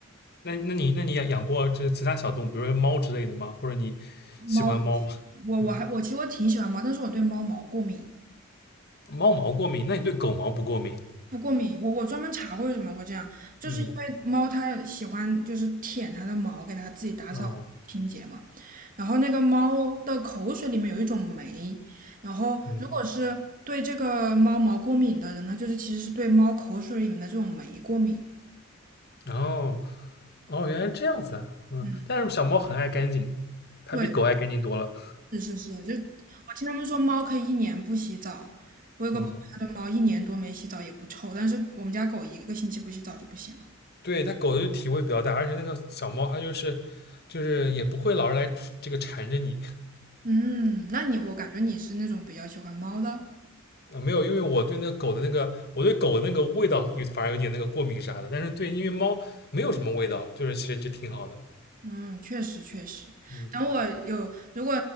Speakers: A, on the left (about 50°); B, on the right (about 40°).
A: 那那你那你养养过这其他小动物，比如说猫之类的吗？或者你喜欢猫吗？
B: 猫我我还我其实我挺喜欢猫，
A: 嗯。
B: 但是我对猫毛过敏，
A: 猫毛过敏，那你对狗毛不过敏？
B: 不过敏。我我专门查过为什么会这样，就是因为猫它喜欢就是舔它的毛，
A: 嗯，
B: 给它自己打扫清洁嘛。
A: 哦，
B: 然后那个猫的口水里面有一种酶，然后如果是对这个猫毛过敏的人，
A: 嗯，
B: 他就是其实是对猫口水里面的这种酶过敏。
A: 哦，哦，原来这样子啊，嗯，
B: 嗯，
A: 但是小猫很爱干净，它比狗爱干净多了。
B: 对，是是是，就我听他们说猫可以一年不洗澡，我有个朋友他的猫一年多没洗澡也不臭，
A: 嗯，
B: 但是我们家狗一个星期不洗澡就不行了。
A: 对，它狗的体味比较大，而且那个小猫它就是就是也不会老是来这个缠着你。
B: 嗯，那你我感觉你是那种比较喜欢猫的。
A: 啊，没有，因为我对那个狗的那个，我对狗的那个味道有反而有点那个过敏啥的，但是对，因为猫没有什么味道，就是其实就挺好的。
B: 嗯，确实确实。
A: 嗯
B: 等我有，如果